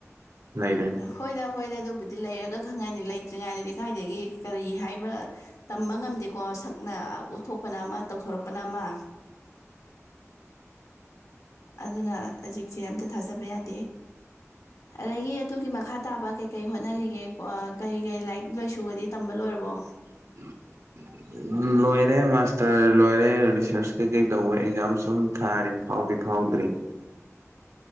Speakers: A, on the right; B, on the left.
A: ꯂꯩꯗꯣꯏꯅꯤ
B: ꯍꯣꯏꯗ ꯍꯣꯏꯗ ꯑꯗꯨꯕꯨꯗꯤ ꯂꯩꯔꯒ ꯈꯪꯉꯅꯤ ꯂꯩꯇ꯭ꯔꯤꯉꯩꯗ ꯂꯩꯀꯥꯏꯗꯒꯤ ꯀꯔꯤ ꯍꯥꯏꯕ ꯇꯝꯕ ꯉꯝꯗꯦꯀꯣ ꯁꯛꯅ ꯎꯠꯊꯣꯛꯄꯅ ꯑꯃ ꯇꯧꯊꯣꯔꯛꯄꯅ ꯑꯃ ꯑꯗꯨꯅ ꯍꯧꯖꯤꯛꯁꯦ ꯑꯝꯇ ꯊꯥꯖꯕ ꯌꯥꯗꯦ
A: <inaudible>
B: ꯑꯗꯒꯤ ꯑꯗꯨꯒꯤ ꯃꯈꯥ ꯇꯥꯕ ꯀꯩꯀꯩ ꯍꯣꯠꯅꯔꯤꯒꯦ ꯀꯩ ꯀꯩ ꯂꯥꯏꯔꯤꯛ ꯂꯥꯏꯁꯨꯒꯗꯤ ꯇꯝꯕ ꯂꯣꯏꯔꯕꯣ
A: <unintelligible> ꯎ ꯂꯣꯏꯔꯦ ꯃꯥꯁꯇꯔ ꯂꯣꯏꯔꯦ ꯔꯤꯁꯔꯁ ꯀꯩꯀꯩ ꯇꯧꯕ ꯑꯦꯛꯖꯥꯝꯁꯨꯨꯝ ꯊꯥꯔꯤ ꯐꯥꯎꯗꯤ ꯐꯥꯎꯗ꯭ꯔꯤ